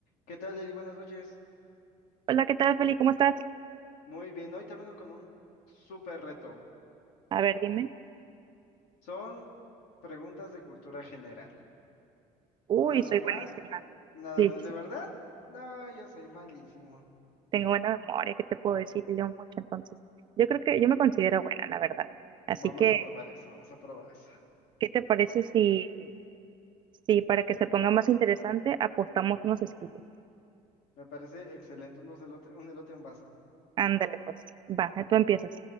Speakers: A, on the left; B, on the right.
A: ¿Qué tal, Lili? Buenas noches.
B: Hola, ¿qué tal, Feli? ¿Cómo estás?
A: Muy bien, hoy te vengo con un súper reto.
B: A ver, dime.
A: Son preguntas de cultura general.
B: Uy,
A: Nada
B: soy
A: más,
B: buenísima.
A: nada
B: Sí,
A: menos.
B: sí,
A: ¿De
B: sí.
A: verdad? No, yo soy malísimo.
B: Tengo buena memoria, ¿qué te puedo decir? Leo mucho, entonces. Yo creo que yo me considero buena, la verdad. Así
A: Vamos
B: que,
A: a probar eso, vamos a probar eso.
B: ¿qué te parece si, si para que se ponga más interesante apostamos unos escritos?
A: Me parece excelente unos elote- un elote en vaso.
B: Ándale, pues. Va, tú empiezas.